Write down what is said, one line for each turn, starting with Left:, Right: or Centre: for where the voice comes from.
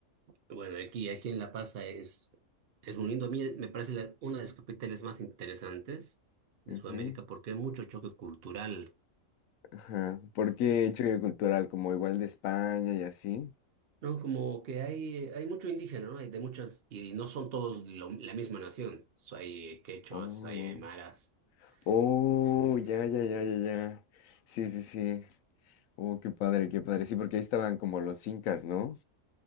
Right: Bueno, aquí, aquí en La Paz es, es muy lindo. A mí me parece la- una de las capitales más interesantes de
Left: Ujú.
Right: Sudamérica porque hay mucho choque cultural.
Left: Ajá. ¿Por qué choque cultural? Como igual de España y así.
Right: No, como que hay, hay mucho indígena, ¿no? Hay de muchas, y no son todos lo- la misma nación. So, hay quechuas,
Left: Oh.
Right: hay aymaras,
Left: Oh,
Right: hay mestizos.
Left: ya, ya, ya, ya, ya. Sí, sí, sí. Oh, qué padre, qué padre. Sí, porque ahí estaban como los incas, ¿no?